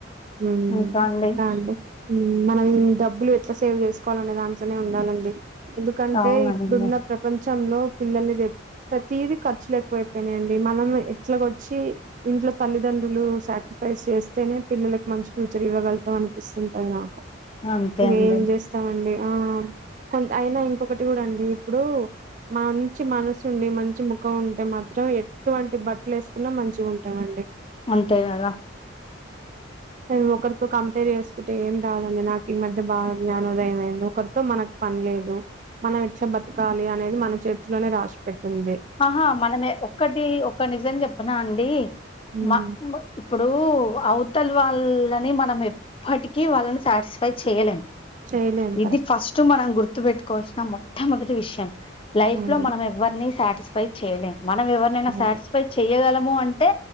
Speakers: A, on the right; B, on the left.
A: ఉ
B: ఇంకా అండి
A: ఇంకండి మనం డబ్బులు ఎట్లా సేవ్ చేసుకోవాలనే దాంట్లోనే ఉండాలండి ఎందుకంటే
B: అవునండి
A: ఇప్పుడున్న ప్రపంచంలో పిల్లల్ని ప్రతీదీ ఖర్చు ఏ ఎక్కువైపోయినాయండి మనం ఎట్లాగొచ్చి ఇంట్లో తల్లిదండ్రులు సాక్రిఫైస్ చేస్తేనే పిల్ల మంచి ఫ్యూచర్ ఇవ్వగగుతాం అనిపిస్తుంటంది నాకు
B: అంతే
A: ఇక
B: అండి
A: ఏం చేస్తాండి కొ అయినా ఇంకొకటి కూడా అండి ఇప్పుడు మంచి మనసు ఉండి మంచి ముఖం ఉ టే మాత్రం ఎటువంటి బట్టలు వేసుకున్నా మంచిగా ఉంటామండి
B: అంతే కదా
A: అ ఒకరితో కంపేర్ చేసుకుంటే ఏం రాదండి నాకు ఈ మధ్య బాగా జ్ఞానోదయం అయిందో ఒకరితో మనకు పనిలేదు మనం ఇట్లా బతకాలి అనేది మన చేతిలోనే రాసు పెట్ంది
B: ఆ మనమే ఒక్కటి ఒక నిజం చెప్పన్నా అండి
A: ఉమ్,
B: మా ఇప్పుడు అవతల వాళ్ళని మనం ఎప్పటికీ వాళ్ళని సాటిస్ఫై చేయలేం
A: చేయలేం
B: ఇది
A: కరెక్ట్
B: ఫస్ట్ మనం గుర్తు పెట్టుకోవాల్సిన మొట్టమొదటి విషయం లైఫ్
A: అవును
B: లో మనం టిస్ఫై చేయలే మనం ఎవరినైనా
A: అవును.
B: సాటిస్ఫై చేయగలము అంటే అంటే